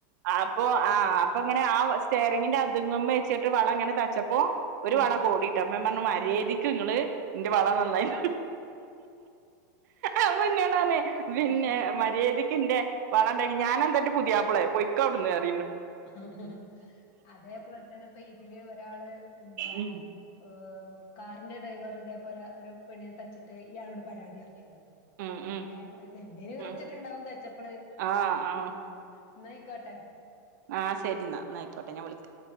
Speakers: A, on the right; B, on the left.
A: ആ ആ അപ്പ ഇങ്ങനെ ആ സ്റ്റെയറിങ്ങിന്റെ അത്ങ്ങ്മ്മെ വെച്ച്ട്ട് വള ഇങ്ങനെ തച്ചപ്പോ ഒരു
B: ഉം
A: വള കോടിയിട്ടാ അമ്മെമ്മർണു മര്യേദിക്ക് ഇങ്ങള് ഇന്റെ വള നന്നായി അപ്പ ഇന്നോട് പർണേ പിന്നെ
B: ആ
A: മര്യേദിക് പിന്റെ വള ഇണ്ടെങ്ങി ഞാനെന്താ അൻ്റെ പുതിയാപ്പളേ പൊയ്ക്ക അവ്ട്ന്ന് പർഞ്ഞ്
B: ആഹ് അതേപോൽതെന്നെ ഇപ്പ ഇതില് ഒരാള് എന്താണ്
A: ഉം
B: ഹ് കാറിന്റെ ഡ്രൈവറ് ഇതേപോലെ ഒരു പെണ്ണിനെ തച്ചിട്ട് ഇയാളോട് പരാതി പർഞ്ഞ്ക്കണ്
A: ഉം ഉം
B: ഏഹ് എന്തേലും ഈറപുടിച്ച്ട്ട്
A: ഉം
B: ഇണ്ടാവും തച്ചപ്പള്
A: ആ ആ
B: ആഹ് ഇന്നയ്ക്കോട്ടെ
A: ആഹ് ശെരി ഇന്നാ ഇന്ന ഐക്കോട്ടെ ഞാ വിളിക്കാ